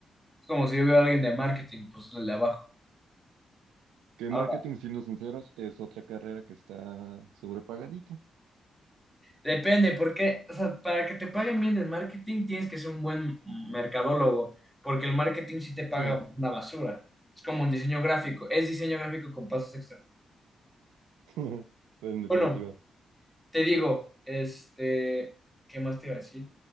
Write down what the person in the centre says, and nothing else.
como si yo veo a alguien de marketing, pues el de abajo.
Ahora,
depende, porque, o sea, para que te paguen bien en marketing tienes que ser un buen mercadólogo, porque el marketing sí te paga
una basura. Es como un diseño gráfico, es diseño gráfico con pasos extra.
Bueno, te digo, este, ¿qué más te iba a decir?